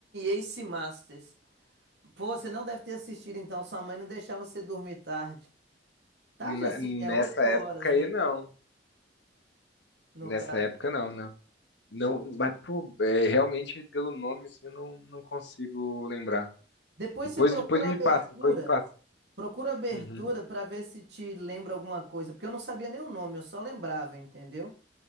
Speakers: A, on the right; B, on the left.
A: MAC Masters. Pô, você não deve ter assistido então, sua mãe não deixava você dormir tarde. Tarde
B: Na-
A: assim,
B: nessa
A: é 8
B: época
A: horas,
B: aí,
A: né?
B: não.
A: No
B: Nessa
A: caso.
B: época, não, né? Não, mas, pô, é, realmente, pelo nome, assim, eu não, não consigo lembrar.
A: Depois
B: Depois,
A: você procura
B: depois me
A: a abertura.
B: passa, depois me passa.
A: Procura a abertura
B: Uhum,
A: pra ver se te lembra alguma coisa. Porque eu não sabia nem o nome, eu só lembrava, entendeu?